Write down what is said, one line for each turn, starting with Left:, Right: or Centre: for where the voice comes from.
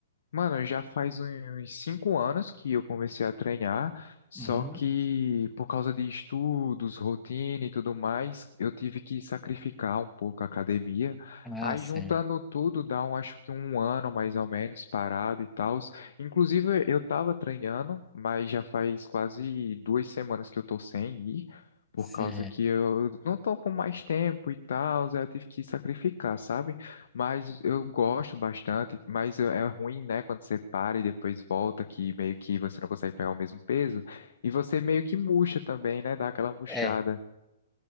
Left: Mano, já faz uns cinco anos que eu comecei a treinar, só
Centre: Uhum.
Left: que por causa de estudos, rotina e tudo mais, eu tive que sacrificar um pouco a academia.
Centre: Ah,
Left: Aí
Centre: sim.
Left: juntando tudo, dá um, acho que um ano mais ou menos parado e tal. Inclusive, eu tava treinando, mas já faz quase duas semanas que eu tô sem ir, por
Centre: Sim.
Left: causa que eu não tô com mais tempo e tal, aí eu tive que sacrificar, sabe? Mas eu gosto bastante, mas é é ruim, né, quando você para e depois volta, que meio que você não consegue pegar o mesmo peso, e você meio que murcha também, né, dá aquela murchada,
Centre: É,